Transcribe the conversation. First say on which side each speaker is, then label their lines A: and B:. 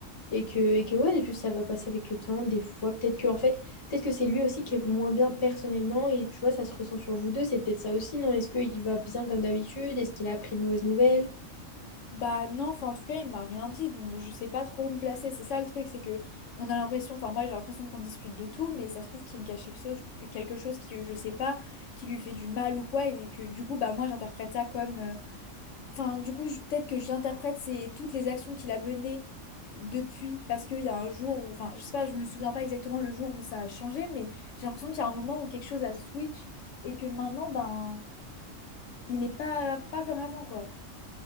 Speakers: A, on the left (about 35°); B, on the left (about 70°).
A: et que, et que ouais, juste ça va passer avec le temps, des fois. Peut-être que, en fait, peut-être que c'est lui aussi qui est moins bien personnellement et tu vois, ça se ressent sur vous deux. C'est peut-être ça aussi, non? Est-ce qu'il va bien comme d'habitude? Est-ce qu'il a appris une mauvaise nouvelle?
B: Bah non, enfin en tout cas, il m'a rien dit, donc je sais pas trop où me placer. C'est ça le truc, c'est que on a l'impression, enfin moi j'ai l'impression qu'on discute de tout, mais ça se trouve qu'il me cache quelque chose, quelque chose qui je sais pas, qui lui fait du mal ou quoi, et que du coup bah moi j'interprète ça comme euh, Enfin, du coup, je- peut-être que j'interprète c'est toutes les actions qu'il a menées depuis, parce qu'il y a un jour où, enfin, je sais pas, je me souviens pas exactement le jour où ça a changé, mais j'ai l'impression qu'il y a un moment où quelque chose a switch et que maintenant, ben, il est pas pas comme avant, quoi.